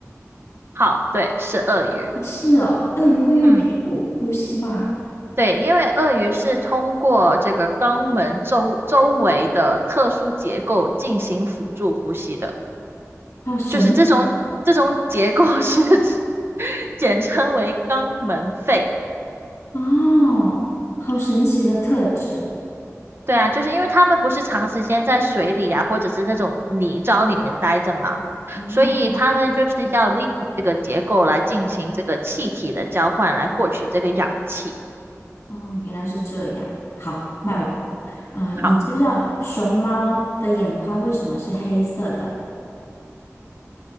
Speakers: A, on the right (about 45°); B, on the left (about 50°).
A: 好，对，是鳄鱼。
B: 哦是哦，鳄鱼会用屁股呼吸吗？
A: 嗯。对，因为鳄鱼是通过这个肛门周周围的特殊结构进行辅助呼吸的，
B: 好神奇
A: 就是这种这种结构是 <laughs> 简称为肛门肺。
B: 哦，好神奇的特质。
A: 对啊，就是因为它们不是长时间在水里啊，或者是那种泥沼里面待着嘛，
B: 哦
A: 所以它们就是要利用这个结构来进行这个气体的交换，来获取这个氧气。
B: 哦，原来是这样。好，换我。
A: 嗯，
B: 啊、
A: 好，
B: 你知不知道熊猫的眼眶为什么是黑色的？